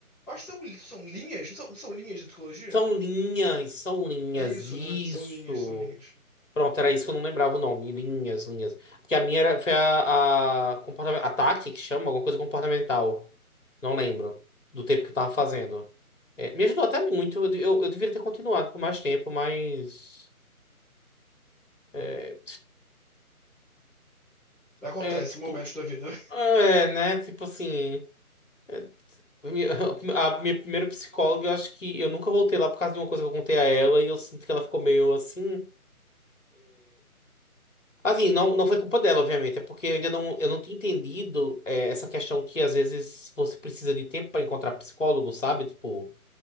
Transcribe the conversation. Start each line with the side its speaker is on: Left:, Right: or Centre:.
Centre: Eu acho que são, li- são linhas, não são, não são linhas de psicologia?
Left: São linhas, são linhas,
Centre: É isso,
Left: isso.
Centre: né? São linhas, são linhas.
Left: Pronto, era isso que eu não lembrava o nome. Linhas, linhas. Porque a minha era, foi a, a comportamento, ataque, que chama, alguma coisa comportamental. Não lembro. Do tempo que eu tava fazendo. É, me ajudou até muito. Eu, eu, eu deveria ter continuado por mais tempo, mas. É,
Centre: Acontece,
Left: é, tipo.
Centre: momentos da vida, né?
Left: É, né? Tipo assim. é, minha- <laughs> a minha primeira psicóloga, eu acho que eu nunca voltei lá por causa de uma coisa que eu contei a ela e eu sinto que ela ficou meio assim. Assim, não, não foi culpa dela, obviamente, é porque eu ainda não, eu não tinha entendido é, essa questão que às vezes você precisa de tempo para encontrar psicólogo, sabe? Tipo,